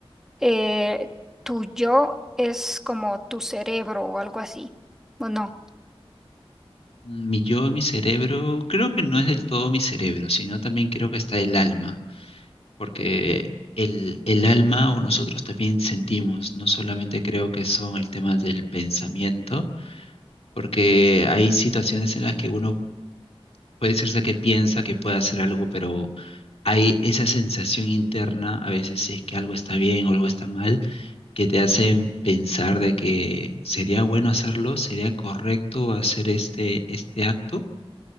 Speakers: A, in the centre; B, on the left (about 75°).
A: eh, tu yo es como tu cerebro o algo así, ¿o no?
B: Mi yo, mi cerebro, creo que no es del todo mi cerebro, sino también creo que está el alma, porque el, el alma o nosotros también sentimos, no solamente creo que son el tema del pensamiento, porque hay situaciones en las que uno puede decirse que piensa que puede hacer algo, pero hay esa sensación interna, a veces si es que algo está bien o algo está mal, que te hace pensar de que sería bueno hacerlo, sería correcto hacer este, este acto,